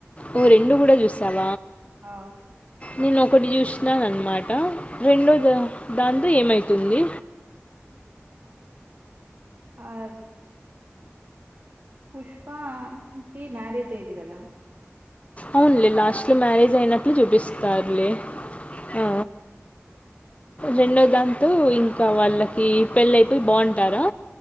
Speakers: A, on the left; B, on the right.
A: ఓ రెండు కూడా చూసా వ
B: ఆ
A: నేను ఒకటి చూసినాను అన్నమాట రెండో దాంతో ఏం అయితుంది
B: ఆ పుష్పా కి మ్యారేజ్ అయిది కదా
A: అవునులే లాస్ట్ లో మ్యారేజ్ అయినట్లు చూపిస్తారులే ఆ రెండో దాంతో ఇంకా వాళ్ళకి పెళ్ళయిపోయి బాగుంటారా